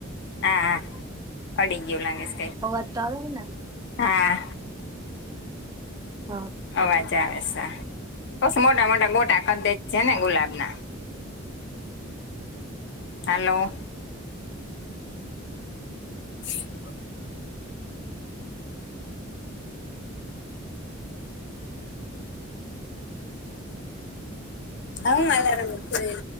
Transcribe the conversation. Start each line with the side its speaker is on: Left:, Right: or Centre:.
Left: હા હા અડગ જીવ લંગસ્
Right: અવાજ તો આવે હે ને
Left: હા
Right: હા
Left: અવાજ બસ મોટા મોટા ગોટા ખે છે ને ગુલાબ ના હલોો <inaudible> હું અલાર્મ મૂકી